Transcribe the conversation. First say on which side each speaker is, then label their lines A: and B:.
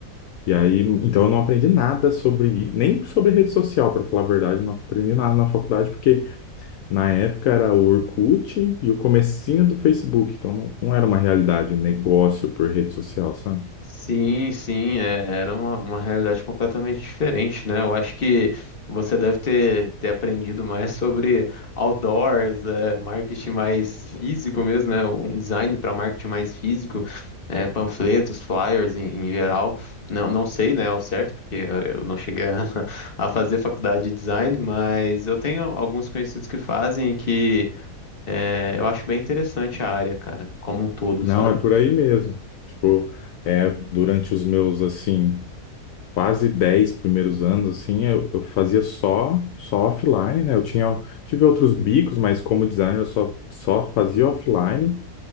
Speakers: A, on the left; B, on the left.
A: E aí, então eu não aprendi nada sobre, nem sobre rede social, para falar a verdade, eu não aprendi nada na faculdade, porque na época era o Orkut e o comecinho do Facebook, então não, não era uma realidade negócio por rede social, sabe?
B: Sim, sim, é- era uma, uma realidade completamente diferente, né? Eu acho que você deve ter, ter aprendido mais <laughs> sobre outdoors, é, marketing mais físico mesmo, né? Um um design para marketing mais físico, é, panfletos, flyers em, em geral. Não, não sei, né, ao certo, porque eu não cheguei a, <laughs> a fazer faculdade de design, mas eu tenho alguns conhecidos que fazem e que é, eu acho bem interessante a área, cara, como um todo,
A: Não,
B: sabe?
A: é por aí mesmo. Tipo, é, durante os meus, assim, quase 10 primeiros anos, assim, eu, eu fazia só, só offline, né? Eu tinha, tive outros bicos, mas como designer eu só, só fazia offline.